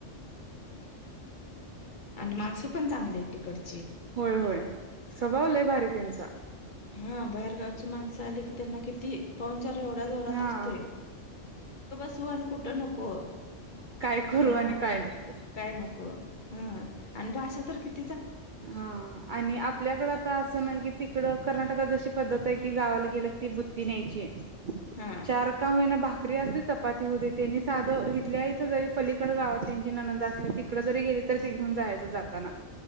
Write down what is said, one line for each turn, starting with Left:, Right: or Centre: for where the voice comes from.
Left: आणि माणसं पण चांगली आहेत तिकडं.
Right: होय होय, स्वभाव लय भारी त्यांचा.
Left: हां बाहेरगावची माणसं आली की त्यांना किती पाऊनचार एवढ्या जोरात
Right: हा
Left: असतेय. सुण कुठं नको
Right: काय करू
Left: हा
Right: आणि काय नको
Left: काय नको हा. आणि भाषा तर कित
Right: हां आणि आपल्याकडं ता असं नाही कि तिकडं कर्नाटकात जशी पद्धत आहे की गावाला गेलं ती बुतीन्यायची आहे.
Left: हा
Right: चार का होईना बाकी क असली चपाती हो दे त्यांनी साधं इथल्याथ जरी पलीकड गावात त्यांची ननंद असली तिकडे जरी गेली. तर ते घेऊन जायचं जाताना.